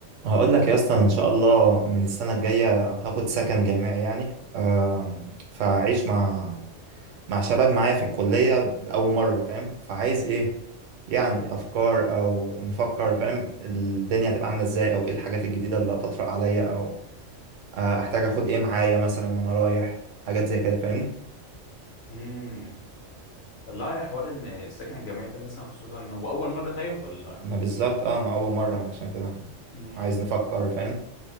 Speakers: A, on the right (about 80°); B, on the left (about 60°).
A: هقول لك يا اسطى أنا ان شاء الله من السنه الجايه هاخد سكن جامعي يعني آم، فاعيش مع مع شباب معايا في الكليه اول مره فاهم فعايز ايه يعني افكار او نفكر فاهم الدنيا هتبقى عامله ازاي او ايه الحاجات الجديده اللي هتطرق عليا او آه، احتاج اخد ايه معايا مثلا وانا رايح حاجات زي كده فاهمني
B: امم والله يا حوار ان السكن الجامعي ده مثلا خصوصا إن هو اول مره طيب ولا
A: ما بالظبط اه ما اول مره أنا عشان كده
B: امم
A: عايز نفكر فاهم